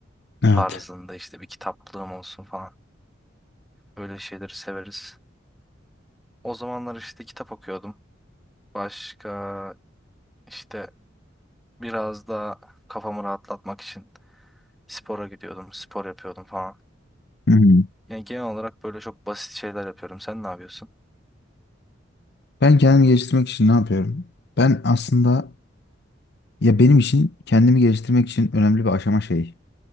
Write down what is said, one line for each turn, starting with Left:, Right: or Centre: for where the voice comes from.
Left: Evet.
Centre: tarzında işte bir kitaplığım olsun falan. Böyle şeyleri severiz. O zamanlar işte kitap okuyordum. Başka işte biraz da kafamı rahatlatmak için Spora gidiyordum, spor yapıyordum falan.
Left: Hı hı.
Centre: Yani genel olarak böyle çok basit şeyler yapıyorum. Sen ne yapıyorsun?
Left: Ben kendimi geliştirmek için ne yapıyorum? Ben aslında ya benim için kendimi geliştirmek için önemli bir aşama şey.